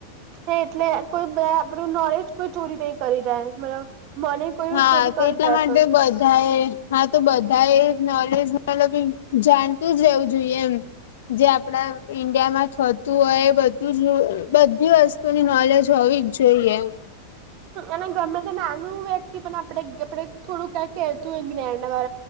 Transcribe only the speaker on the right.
હે એટલે કોઈ બે આપણું નોલેજ કોઈ ચોરી નઈ કરી જાય બરા મને કોઈ
ચોરી
કરી
જાય
પણ
એના ગરમે તો નાનું વ્યક્તિ પણ આપડે આપડ થોડું ક્યા કતું હોય જ્ઞાન ના